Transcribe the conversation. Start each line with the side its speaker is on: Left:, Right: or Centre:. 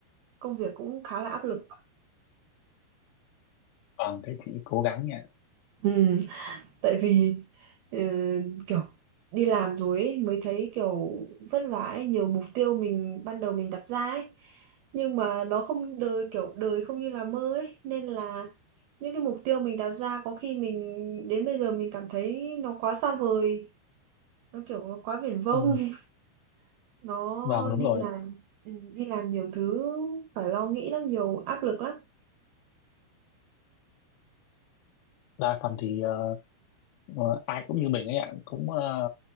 Right: công việc cũng khá là áp lực
Left: Vâng, thế chị cố gắng nhỉ.
Right: ừ, tại vì ờ, kiểu đi làm rồi ấy, mới thấy kiểu vất vả ấy, nhiều mục tiêu mình ban đầu mình đặt ra ấy nhưng mà nó không đời kiểu đời không như là mơ ấy nên là những cái mục tiêu mình đặt ra có khi mình đến bây giờ mình cảm thấy nó quá xa vời nó kiểu nó quá viển vông
Left: Ừ.
Right: <laughs> nó
Left: Vâng
Right: đi
Left: đúng rồi,
Right: làm ừ, đi làm nhiều thứ phải lo nghĩ lắm nhiều áp lực lắm
Left: đa phần thì ờ, ờ, ai cũng như mình ấy ạ, cũng ờ,